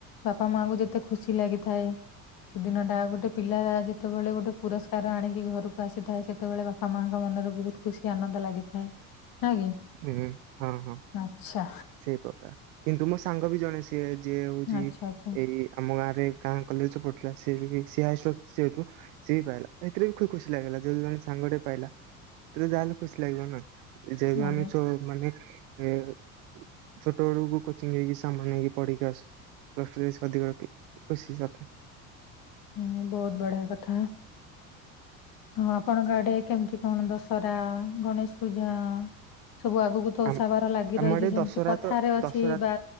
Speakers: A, on the left (about 55°); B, on the right (about 75°).
A: ବାପା ମାଙ୍କୁ ଯେତେ ଖୁସି ଲାଗିଥାଏ। ସେଦିନ ଟା ଗୋଟେ ପିଲା ଯେତେବେଳେ ଗୋଟେ ପୁରସ୍କାର ଆଣିକି ଘରକୁ ଆସିଥାଏ। ସେତେବେଳେ ବାପା ବାପା ମାଙ୍କ ମନରେ ବହୁତ ଖୁସି ଆନନ୍ଦ ଲାଗିଥାଏ। ନା କି
B: ହୁଁ, ହଁ ହଁ
A: ଆଚ୍ଛା
B: ସେଇ ପ୍ରକାର। କିନ୍ତୁ ମୋ ସାଙ୍ଗ ବି ଜଣେ ସିଏ ଯିଏ ହଉଚି,
A: ଆଚ୍ଛା ଆଚ୍ଛା
B: ଏଇ ଆମ ଗାଁରେ ଗାଁ କଲେଜ ରେ ପଢୁଥିଲା ସିଏ ହାଏଷ୍ଟ ସିଏ ବି ପାଇଲା, ଏଥିରେ ବି ଖୁସି ଲାଗିଲା ଯେହେତୁ ଜଣେ ସାଙ୍ଗଟେ ପାଇଲା ତ ଯାହେଲେ ଖୁସି ଲାଗିବ ନା, ଯେହେତୁ
A: ଆଜ୍ଞା
B: ଆମେ ଛୋ ମାନେ ଏ ଛୋଟ ବେଳୁ କୋଚିଂ ହେଇକି ସାଙ୍ଗ ହେଇକି ପଢିକି ଆସୁ। <inaudible>
A: ହୁଁ ବହୁତ୍ ବଢିଆ କଥା। ଆଉ ଆପଣଙ୍କ ଆଡେ କେମିତି କଣ ଦଶହରା ଗଣେଶ ପୂଜା? ସବୁ ଆଗକୁ ତ ଓଷା
B: ଆମ
A: ବାର ଲାଗି
B: ଆମ
A: ରହିଛି
B: ଆଡେ
A: ଯେମିତି
B: ଦଶହରା
A: କଥାରେ
B: ତ
A: ଅଛି।
B: ଦଶହରା
A: ବା